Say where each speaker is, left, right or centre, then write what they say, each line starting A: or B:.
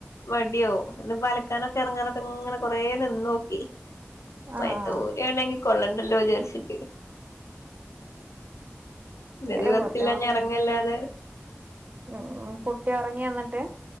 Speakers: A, on the left; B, on the right.
A: മടിയാവൂ എന്ന് പല ഇക്കാനൊക്കെ ഇറങ്ങാനൊക്കെ ഇങ്ങനെ കൊറ നിന്ന നോക്കി
B: ആഹ്
A: വയത്തൂരണ്ടെങ്കിൽ കൊള്ളണ്ടല്ലോ വിചാരിച്ചി ഇന്നത്
B: ഭയങ്കര
A: വെറത്തില്ലഞ
B: ബുദ്ധിമുട്ട്
A: ഇറങ്ങല്ലാതെ
B: ഉം കുട്ടി ഇറങ്ങി വന്നിട്ട്